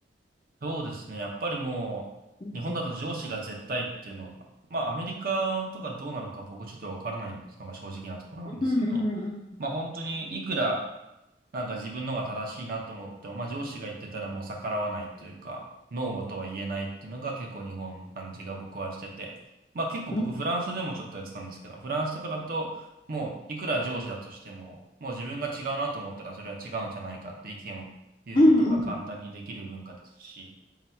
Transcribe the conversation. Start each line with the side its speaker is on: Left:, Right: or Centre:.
Right: そうですね。やっぱりもう、
Left: うんうん。
Right: 日本だと上司が絶対っていうのは、まあ、アメリカとかどうなのか僕ちょっとわからないのが正直なところなんですけど、
Left: うんうん
Right: まあ、本当にいくら、なんか自分のが正しいなと思っても、まあ上司が言ってたらもう逆らわないというか、ノーとは言えないっていうのが結構日本の感じが僕はしてて、まあ結構僕フランスでもちょっとやってたんですけど、
Left: うん。
Right: フランスとかだともういくら上司だとしても、もう自分が違うなと思ったらそれは違うんじゃないかって意見を言うことが簡単にできる文化ですし、
Left: うんうんうん。